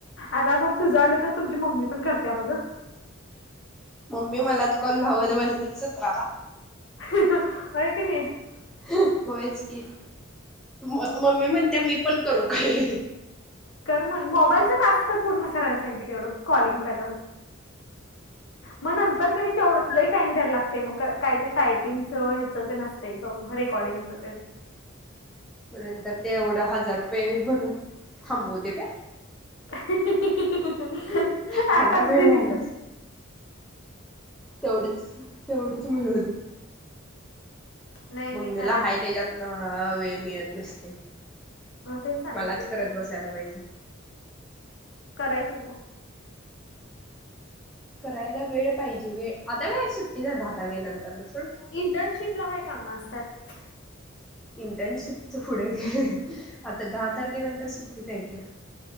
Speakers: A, on the left (about 60°); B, in the centre.
A: आता मग तुझं आलं, तर तुमची मम्मी पण करत्या बघ.
B: मम्मी मलाच कॉल लावत बसलं सतरादा.
A: ह अ होय, की नाही?
B: <unintelligible> होयच, की म मम्मी म्हणत्या मी पण करू काय?
A: कर म्हण मोबाईलचा टास्क पूर्ण करायला सांग की, तेवढं कॉलिंगचा गं.
B: <inaudible>
A: मग नंतर क नाय लय टाइम द्यायला लागतय, मग काय ते टायपिंगच ह्याच ते असतंय रेकॉर्डिंग. असं तेन.
B: नंतर ते एवढं हजार रुपये भरून थांबूदे काय?
A: <unintelligible>
B: हजार
A: अँपचं
B: रुपये
A: डिलीट
B: मिळाले
A: कर.
B: तेवढच तेवढच मिळू दे,
A: नाही
B: मम्मीला
A: नाही करायचं
B: हाय त्याच्यात न मिळत नसतयं,
A: मग तेच सांगितलं
B: मलाच करत
A: ग
B: बसायला पाहिजे.
A: करायचं मग.
B: करायला वेळ पाहिजे वेळ, आता काय सुट्टीच दहा तारखे नंतर न सोड.
A: इंटर्नशिपला काय काम असतात?
B: इंटर्नशिप च पुढं गं आता दहा तारखेनंतर सुट्टीतचं हाय की.